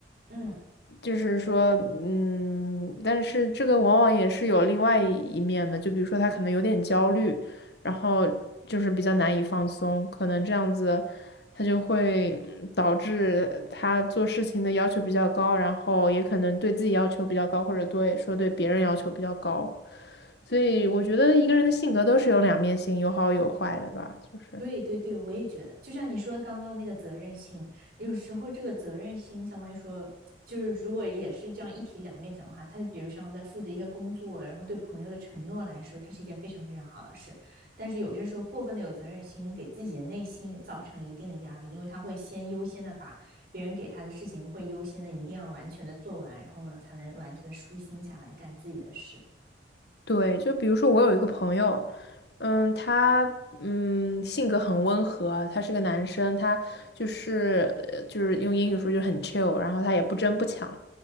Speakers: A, on the right; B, on the left.
A: 嗯，
B: 就是说，嗯，但是这个往往也是有另外一一面的，就比如说他可能有点焦虑，然后就是比较难以放松，可能这样子，他就会嗯导致他做事情的要求比较高，然后也可能对自己要求比较高，或者对说对别人要求比较高，所以我觉得一个人的性格都是有两面性，有好有坏的吧，就是。
A: 对对对，我也觉得，就像你说刚刚那个责任心，有时候这个责任心相当于说，就是如果也是这样一体两面讲的话，他比如像在负责一些工作，然后对朋友的承诺来说，它是一件非常非常好的事。但是有些时候过分的有责任心，给自己的内心也造成了一定的压力，因为他会先优先的把别人给他的事情会优先的一定要完全的做完，然后呢才能完全的舒心下来干自己的事。
B: 对，就比如说我有一个朋友，嗯，他嗯性格很温和，他是个男生，他就是呃就是用英语说就是很 chill，然后他也不争不抢，